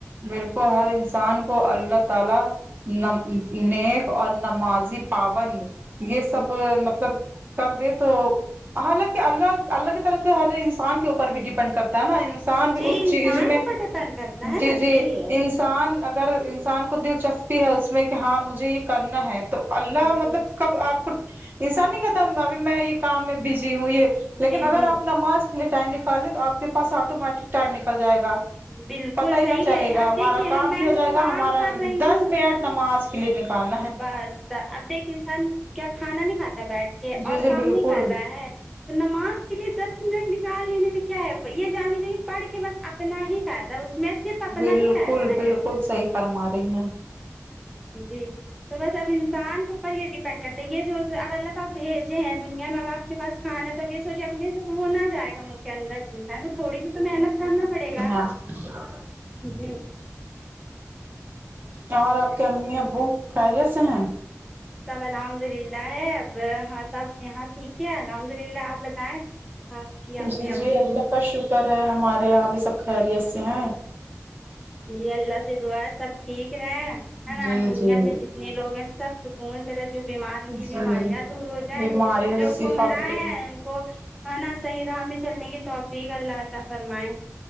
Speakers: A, on the right; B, in the centre.
A: بالکل ہر انسان کو اللہ تعالی ن نیک اور نمازی پابند یہ سب
B: ہ
A: مطلب کر دے تو حالانکہ اللہ اللہ کی طرف سے ہر انسان کے اوپر بھی ڈیپینڈ کرتا ہے نا انسان بھی
B: جی
A: اس
B: انسان
A: چیز میں
B: کے پر ڈپینڈ کرتا ہے
A: جی
B: نا
A: جی
B: صحیح ہے
A: انسان اگر انسان کو دلچسپی ہے اس میں کہ ہاں مجھے یہ کرنا ہے تو اللہ
B: جی
A: مطلب کب آپ کو انسان نہیں کہتا ابھی میں یہ کام میں بزی ہوں یہ لیکن
B: جی
A: اگر
B: جی
A: آپ نماز کے لیے ٹائم نکال لیں تو آپ کے پاس آٹومیٹک ٹائم نکل جائے گا
B: بالکل
A: پتہ ہی
B: صحیح
A: نہ چلے
B: کہہ رہی
A: گا
B: اب
A: ہمارا
B: دیکھیے
A: کام
B: ہم میں
A: بھی ہو
B: ہوں
A: جائے گا
B: کام
A: ہمارا
B: کر رہی
A: دس
B: ہوں
A: منٹ نماز کے لیے نکال
B: بس اب دیکھ انسان کیا کھانا نہیں کھاتا بیٹھ کے
A: جی
B: اور
A: جی
B: کام
A: بالکل
B: نہیں کر رہا ہے تو نماز کے لیے دس منٹ نکال لینے میں کیا ہے یہ جان لیجیے کہ پڑھ کے بس اپنا ہی فائدہ اس میں صرف اپنا
A: بالکل
B: ہی فائدہ ہے
A: بالکل صحیح فرما رہی ہیں
B: جی تو بس اب انسان کے اوپر یہ ڈیپ ینڈ کرتے یہ جو اب اللہ پاک بھیجے ہیں دنیا میں اب آپ کے پاس کھانا ہے تو یہ سوچے اپنے سے وہ نہ جائے گا منہ کے اندر انسان کو تھوڑی سی تو محنت کرنا پڑے گا
A: اہ
B: جی
A: اور آپ کے امی ابو خیریت سے ہیں
B: سب الحمد للہ ہے اب ہاں سب یہاں ٹھیک ہے الحمد للہ آپ بتائیں آپ کی امی
A: جی
B: ابو
A: جی اللہ کا شکر ہے ہمارے یہاں بھی سب خیریت سے ہیں
B: جی اللہ سے دعا سب ٹھیک رہے ہے نا
A: جی
B: دنیا
A: جی
B: میں جتنے لوگ ہیں سب سکون طرح جو بیمار ان کی
A: جی
B: بیماریاں دور ہو جائیں
A: بیماریوں
B: جو
A: سے
B: گم
A: شفا ملے
B: رہاہ ہے ان کو ہ نا صحیح راہ میں چلنے کی توفیق اللہ عطا فرمائے